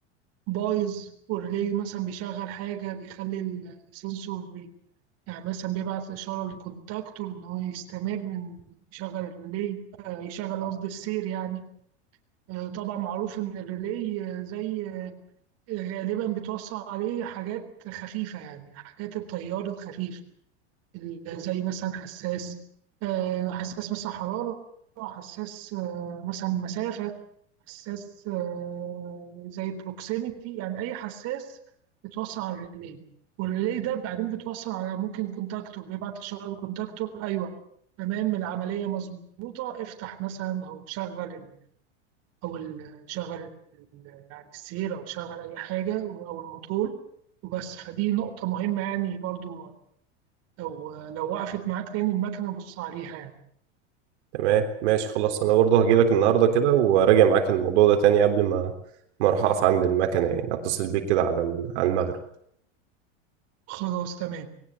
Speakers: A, on the right; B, on the right.
A: بايظ والريلي مثلا بيشغل حاجة بيخلي السنسور يعني مثلا بيبعت إشارة للكونتاكتور إن هو يستمر إن يشغل الريلي آه، يشغل قصدي السير يعني آه، طبعا معروف إن الريلي آه، زي آه، غالبا بتوصل عليه حاجات خفيفة يعني حاجات التيار الخفيف ال- زي مثلا حساس آه، حساس مثلا حرارة حساس آه، مثلا مسافة حساس آه، زي بروكسيميتي يعني أي حساس بيتوصل على الريلي والريلي ده بعدين بيتوصل على ممكن كونتاكتور بيبعت إشارة للكونتاكتور أيوه تمام العملية مظبوطة افتح مثلا أو شغل ال- أو ال- شغل ال- يعني السير أو شغل أي حاجة أو الموتور وبس فدي نقطة مهمة يعني برضو لو لو وقفت معاك تاني المكنة بص عليها يعني
B: تمام ماشي خلاص انا برضه هجيلك النهارده كده وراجع معاك الموضوع ده تاني قبل ما ما اروح اقف عند المكنه يعني اتصل بيك كده على ال- على المغرب
A: خلاص تمام